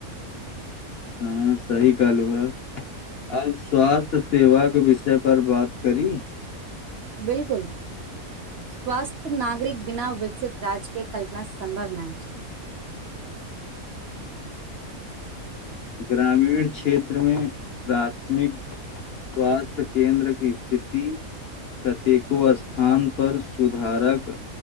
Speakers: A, on the left; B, on the right.
A: हँ सही कहलु हा। आब स्वास्थ्य सेवाट विषय पर बात करी
B: बिलकुल स्वास्थ्य नागरिक बिना विकसित राज्यके कल्पना सम्भव नाय छै
A: ग्रामीण क्षेत्रमे प्राथमिक स्वास्थ्य केंन्द्र क स्थिति कतेको स्थानपर सुधारक